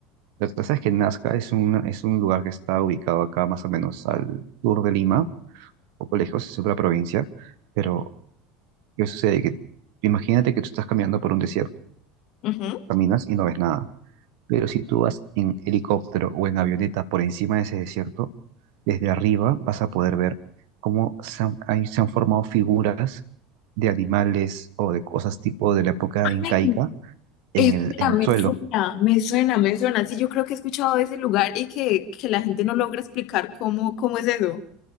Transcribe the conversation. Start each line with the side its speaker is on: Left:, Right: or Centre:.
Right: Lo que pasa es que Nazca es un, es un lugar que está ubicado acá más o menos al sur de Lima, un poco lejos, es otra provincia, pero ¿qué sucede? Que imagínate que tú estás caminando por un desierto,
Left: Ujú.
Right: caminas y no ves nada Pero si tú vas en helicóptero o en avioneta por encima de ese desierto, desde arriba vas a poder ver cómo se han, ahí se han formado figuras de animales o de cosas tipo de la época
Left: Ay,
Right: incaica en
Left: espera,
Right: el, en
Left: me
Right: el suelo.
Left: suena, me suena, me suena. Sí, yo creo que he escuchado de ese lugar y que, que la gente no logra explicar cómo, cómo es eso.